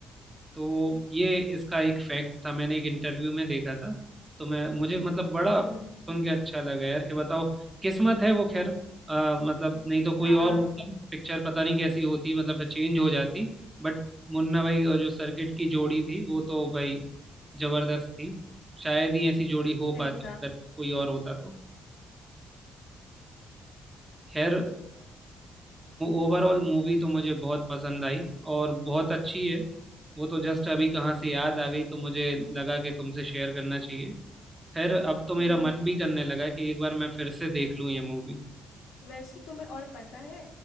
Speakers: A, on the right (about 25°); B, on the left (about 80°).
A: तो ये इसका एक फैक्ट था मैंने एक इंटरव्यू में देखा था तो मैं मुझे मतलब बड़ा
B: हम्म
A: सुन के अच्छा लगा यार कि बताओ किस्मत है वो खैर अ, मतलब नहीं तो कोई
B: हाँ
A: और होता पिक्चर पता नहीं कैसी होती मतलब फिर चेंज हो जाती बट मुन्ना भाई और जो सर्किट की जोड़ी थी वो तो भाई जबरदस्त थी शायद ही ऐसी जोड़ी हो
B: सही
A: पाती
B: कहा
A: अगर कोई और होता तो खैर ओवरऑल मूवी तो मुझे बहुत पसंद आई और बहुत अच्छी है वो तो जस्ट अभी कहाँ से याद आ गई तो मुझे लगा कि तुमसे शेयर करना चाहिए खैर अब तो मेरा
B: हम्म
A: मन भी करने लगा कि एक बार मैं फिर से देख लूँ ये मूवी
B: वैसे तुम्हें और पता है